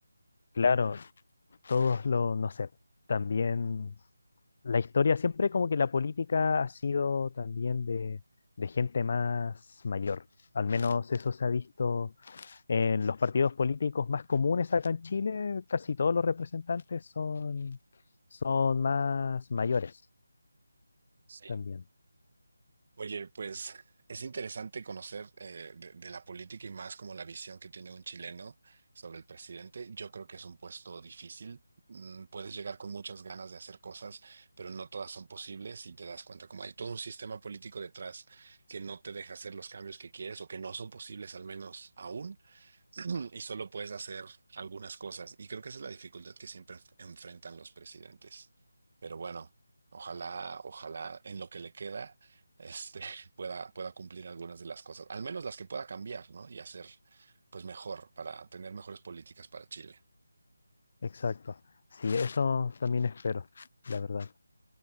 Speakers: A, on the left (about 45°); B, on the right (about 45°).
A: claro, todos los, no sé, también la historia siempre como que la política ha sido también de, de gente más mayor. Al menos eso se ha visto en los partidos políticos más comunes acá en Chile. Casi todos los representantes son, son más mayores
B: Sí.
A: también.
B: Oye, pues es interesante conocer eh, de, de la política y más como la visión que tiene un chileno sobre el presidente. Yo creo que es un puesto difícil. Mm, Puedes llegar con muchas ganas de hacer cosas, pero no todas son posibles y te das cuenta como hay todo un sistema político detrás que no te deja hacer los cambios que quieres o que no son posibles al menos aún. <clears throat> y solo puedes hacer algunas cosas. Y creo que esa es la dificultad que siempre enf- enfrentan los presidentes. Pero bueno, ojalá, ojalá en lo que le queda, este, <laughs> pueda, pueda cumplir algunas de las cosas, al menos las que pueda cambiar, ¿no? Y hacer, pues mejor, para tener mejores políticas para Chile.
A: Exacto. Sí, eso también espero, la verdad.